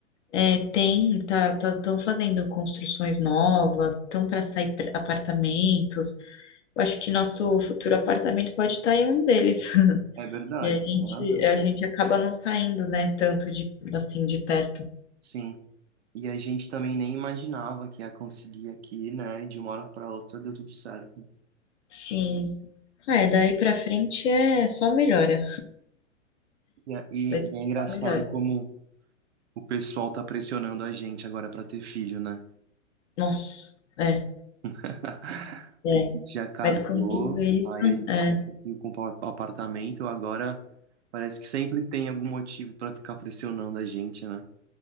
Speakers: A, on the left; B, on the right.
A: é, tem, tá, tá, estão fazendo construções novas, estão para sair pr- apartamentos. Eu acho que nosso futuro apartamento pode estar em um deles. <laughs>
B: É verdade,
A: E a gente,
B: tem razão.
A: a gente acaba não saindo, né, tanto de assim de perto.
B: Sim. E a gente também nem imaginava que ia conseguir aqui, né? E de uma hora para outra deu tudo certo.
A: Sim. Ah, é, daí pra frente é só melhora.
B: E, é- e,
A: Vai
B: e
A: ser
B: é engraçado
A: só melhor.
B: como O pessoal tá pressionando a gente agora pra ter filho, né?
A: Nossa, é,
B: <laughs>
A: é.
B: A gente já casou,
A: Mas com tudo isso,
B: aí a gente
A: é.
B: já conseguiu comprar um apartamento, agora parece que sempre tem algum motivo pra ficar pressionando a gente, né?